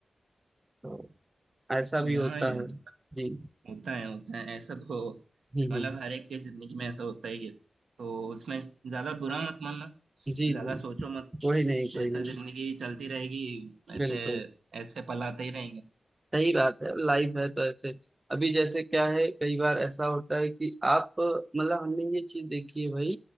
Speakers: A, on the right (about 20°); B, on the right (about 85°).
A: तो ऐसा
B: क्या
A: भी होता
B: हाँ यार
A: है जी <laughs>
B: होता है होता है ऐसा तो
A: हम्म,
B: मतलब
A: हम्म,
B: हर एक की जिंदगी में ऐसा होता ही है तो उसमें ज्यादा बुरा मत मानना
A: जी
B: ज्यादा
A: जी
B: सोचो मत
A: कोई नहीं
B: जैसे
A: कोई नहीं
B: जिंदगी चलती रहेगी ऐसे
A: बिल्कुल
B: ऐसे पल आते ही रहेंगे
A: सही बात है लाइव है तो ऐसे अभी जैसे क्या है कई बार ऐसा होता है कि आप मतलब हमने ये चीज देखी है भाई